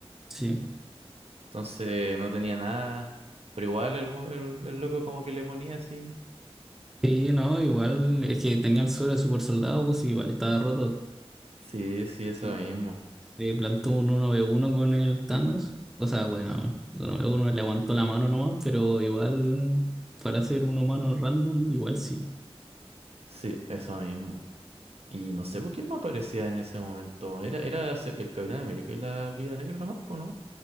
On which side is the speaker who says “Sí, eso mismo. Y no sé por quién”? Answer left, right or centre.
Right